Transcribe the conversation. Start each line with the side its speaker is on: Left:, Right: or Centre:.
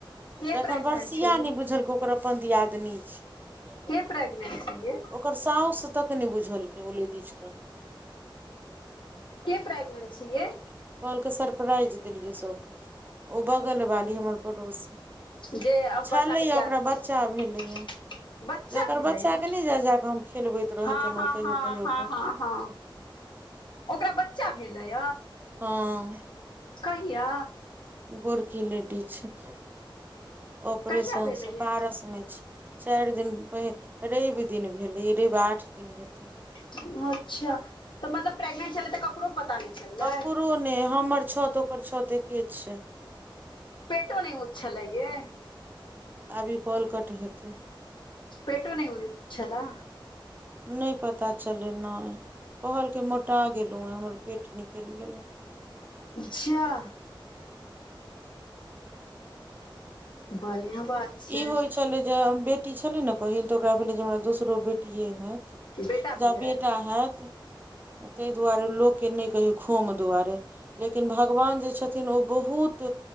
Left: के
Right: जखन
Left: प्रेग्नेंट
Right: बर्षिया
Left: छै ये
Right: नहि बुझलकै, ओकर अपन दियादनी छै।
Left: के प्रेग्नेंट छै ये
Right: ओकर साउस तक नहि बुझलकै, ओ लेडीज के।
Left: के प्रेग्नेंट छै यै?
Right: कहलकै सरप्राइज देलियै सबकेॅं, ओ बगल बाली हमर पड़ोसी।
Left: जे अब वर्षाके
Right: छलैया
Left: दिया-
Right: ओकरा बच्चा
Left: <unintelligible>
Right: भेलैया
Left: बच्चा
Right: जकर
Left: भेलैए?
Right: बच्चा के नहि जा जा कऽ हम खेलबैत रहै
Left: हाँ
Right: छलहुँ
Left: हाँ
Right: कहियो
Left: हँ
Right: कहियो
Left: हाँ हाँ हाँ। ओकरा बच्चा भेलैए?
Right: हॅं
Left: कहिया?
Right: गोरकी लेडीज छै, ऑपरेशनसॅं
Left: कहिया भेलैया
Right: पारसमे छै। चारि दिन पहि रवि दिन भेलै, ई रवि आठ दिन हेतै।
Left: अच्छा तॅं मतलब प्रेगनेंट छलै तँ ककरो पता नहि? चललै
Right: ककरो नहि, हमर छत ओकर छत एके छै।
Left: पेटो नहि ऊँच छलै यै?
Right: अभी कॉल कट हेतै।
Left: पेटो नहि ऊँच छलै?
Right: नै पता चलै नै, कहलकै मोटा गेलहुँए, हमर पेट निकलि गेलए।
Left: जाह बढ़िया बात। छै
Right: होई छले जे बेटी छले ने पहिल तऽ ओकरा भेले जे हमरा दोसरो बेटी हैत।
Left: बेटा
Right: ज
Left: भेलै
Right: बेटा हैत ताहि दुआरे लोक। क नहि कही खोम दुआरे लेकिन भगवान जे छथिन ओ बहुत